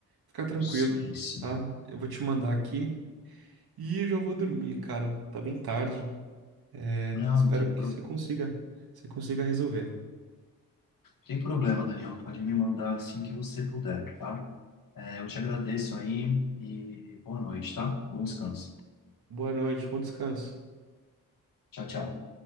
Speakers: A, on the right; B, on the left.
A: Fica tranquilo,
B: Sim, sim.
A: tá? Eu vou te mandar aqui e eu já vou dormir, cara. Tá bem tarde. É,
B: Não,
A: Espero
B: não tem,
A: que
B: pro...
A: você consiga, você consiga resolver.
B: tem problema, Daniel. Pode me mandar assim que você puder, tá? É, eu te agradeço aí e boa noite, tá? Bom descanso.
A: Boa noite, bom descanso.
B: Tchau, tchau.